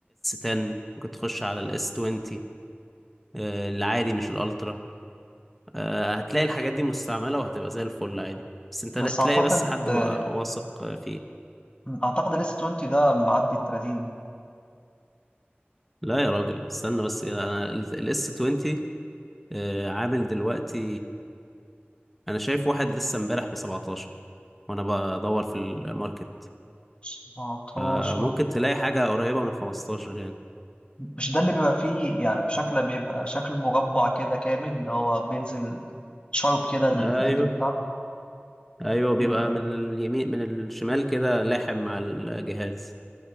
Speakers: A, in the centre; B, on the left (about 30°).
A: 10 ممكن تخش على الاس 20 آه، العادي مش الالترا آه، هتلاقي الحاجات دي مستعملة وهتبقى زي الفل عادي بس انت
B: بس
A: لا- تلاقي
B: أعتقد
A: بس حد
B: آه،
A: مع- واثق آه، فيه
B: أعتقد ال S20 ده معدي ال 30
A: لا يا راجل استنى بس كده انا الاس 20 عامل دلوقتي انا شايف واحد لسه امبارح ب 17 وانا بدور في الماركت
B: 17
A: فممكن تلاقي حاجة قريبة من 15 يعني
B: مش ده اللي بيبقى فيه يعني بشكل بيبقى شكل مربع كده كامل اللي هو بينزل شارب كده الانجل
A: ايوه
B: بتاعته
A: ايوه بيبقى
B: م- م.
A: من اليمين من الشمال كده لاحم مع الجهاز